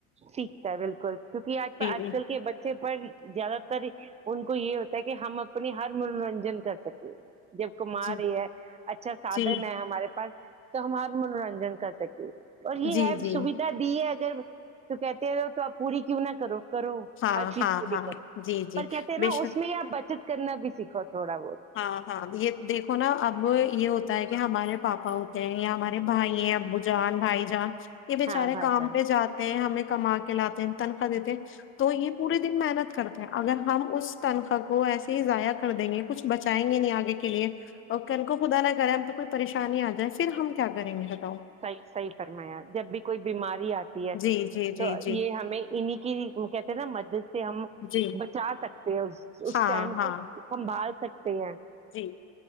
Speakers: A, on the right (about 15°); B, on the left (about 30°).
A: ٹھیک کہا بالکل کیونکہ آج آج
B: جی
A: کل کے بچے پر زیادہ تر ان کو یہ ہوتا ہے کہ ہم اپنی ہر منورنجن کر سکیں جب کما
B: جی
A: رہی ہے اچھا سادھن
B: جی
A: ہے ہمارے پاس تو ہمارا منورنجن کر سکے اور یہ
B: جی
A: ہے
B: جی
A: سویدھا دی ہے ادھر تو کہتے ہے تو آپ پوری کیوں نہ کرو کرو
B: ہاں
A: ہر چیز
B: ہاں
A: خود
B: ہاں
A: ہی کرو
B: جی جی
A: پر کہتے ہیں نا
B: بے شک
A: اس میں آپ بچت کرنا بھی سیکھو تھوڑا بہت
B: ہاں ہاں یہ دیکھو نا اب یہ ہو ہوتا ہے کہ ہمارے پاپا ہوتے ہیں یا ہمارے بھائی ہیں ابو جان بھائی جان یہ بےچارے
A: ہاں بھائی
B: کام
A: جان
B: پہ جاتے ہیں ہمیں کما کے لاتے ہیں تنخواہ دیتے ہیں تو یہ پورے دن محنت کرتے ہیں اگر ہم اس تنخواہ کو ایسے ہی ضائع کر دیں گے کچھ بچائیں گے نہیں آگے کے لیے اور کل کو خدا نہ کرے ہم کو کوئی پریشانی آ جائے پھر ہم کیا کریں گے تب
A: صحیح صحیح فرمایا جب بھی کوئی بیماری آتی ہے
B: جی جی جی
A: تو
B: جی
A: یہ ہمیں انہیں کی کہتے ہیں نا مدد سے ہم
B: جی
A: بچا سکتے ہیں اس اس
B: ہاں
A: ٹائم
B: ہاں
A: پہ ہم پال سکتے ہیں
B: جی